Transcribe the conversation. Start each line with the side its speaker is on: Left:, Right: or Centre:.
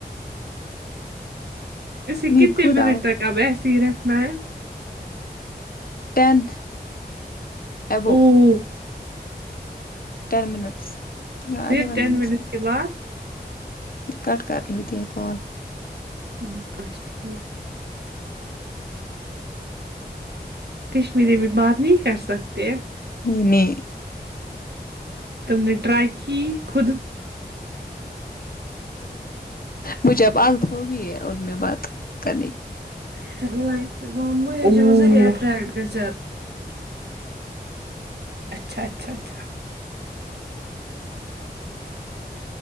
Right: اسے
Left: نہیں
Right: کتنے
Left: خود
Right: منٹ
Left: آؤ
Right: تک اب ایسے ہی رکھنا ہے
Left: ٹین ابو
Right: اوو
Left: ٹین منٹس یہ
Right: پھر
Left: آگیے ون
Right: ٹین
Left: منٹس
Right: منٹ
Left: بھی
Right: کے بعد
Left: پھر کٹ کرنی ہوتی ہے کال
Right: ام اچھا ٹھیک کشمیری میں بات نہیں کر سکتے
Left: نہیں نہیں
Right: تم نے ٹرائی کی خود
Left: مجھے اب عادت ہوگئی ہے اور میں بات کرنے کی
Right: او اچھا اچھا